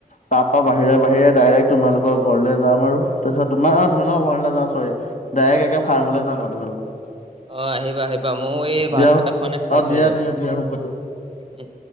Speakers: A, on the left; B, on the right.
A: তাৰ পৰা বাহিৰে বাহিৰে ডাইৰেক্ট তোমালোকৰ ঘৰলৈ যাম আৰু তাৰপিছত তোমাৰ তোমালোকৰ ঘৰলৈ নাজাও চৰি ডাইৰেক্ট একে ফাৰ্মলৈ যাম আৰু তোমালোকৰ।
B: অ' আহিবা আহিবা মও এই ভাত
A: দিয়া
B: কেইটা খোৱা নাই, খাই
A: অ
B: লওঁগৈ
A: দিয়া
B: আৰু
A: দিয়া দিয়া হ'ব দিয়া
B: উম।